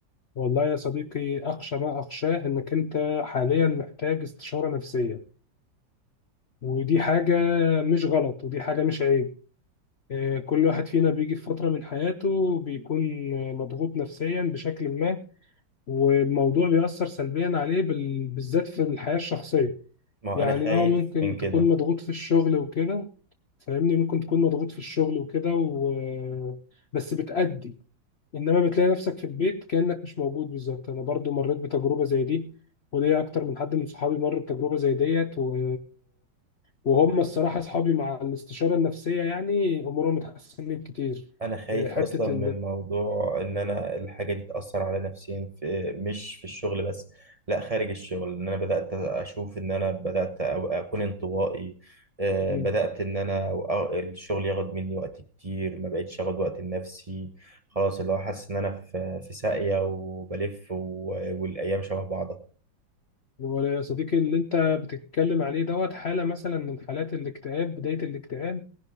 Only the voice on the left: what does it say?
والله يا صديقي أخشى ما أخشاه إنك أنت حاليا محتاج استشارة نفسية ودي حاجة مش غلط ودي حاجة مش عيب آه، كل واحد فينا بيجي في فترة من حياته بيكون آه، مضغوط نفسيا بشكل ما والموضوع بيأثر سلبيا عليه بال... بالذات في الحياة الشخصية
يعني
اه ممكن
تكون مضغوط في الشغل وكده فاهمني ممكن تكون مضغوط في الشغل وكده و... بس بتأدي انما بتلاقي نفسك في البيت كأنك مش موجود بالظبط انا برضو مريت بتجربة زي دي وليا اكتر من حد من صحابي مر بتجربة زي ديت و... وهم الصراحة اصحابي مع الاستشارة النفسية يعني امورهم اتحسنت كتير
آه، حتة
ال
هو يا صديقي اللي انت بتتكلم عليه دوت حالة مثلا من حالات الاكتئاب بداية الاكتئاب